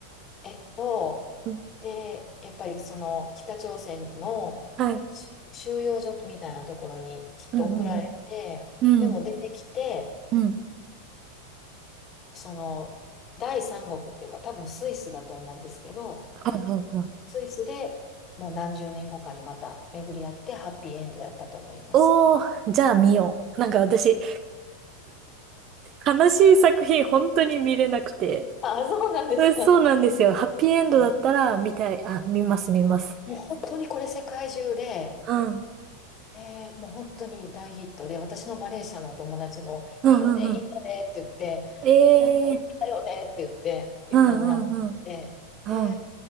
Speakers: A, on the left (about 30°); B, on the right (about 35°).
A: えっと
B: うん
A: でやっぱりその北朝鮮の収収容所みたいなところにきっと送られてでも出てきて
B: はい。うんうんうん。うん。うん。
A: その第三国っていうか多分スイスだと思うんですけど
B: はいはいはい。
A: スイスでもう何十年後かにまた巡り合ってハッピーエンドやったと思います。
B: おー、じゃあ見よう。なんか私、悲しい作品本当に見れなくて。
A: あ、そうなんですか。
B: うんそうなんですよ。ハッピーエンドだったら見たい。
A: うん
B: あ、見ます、見ます。
A: もう本当にこれ世界中で、
B: うん。
A: えーもう本当に大ヒットで、私のマレーシアのお友達も、
B: うんうんうん。
A: いいよね、いいよねって言って、
B: ええ
A: 本当にだよねって言って、言ったドラマで、
B: うんうんう
A: で、
B: ん。うん。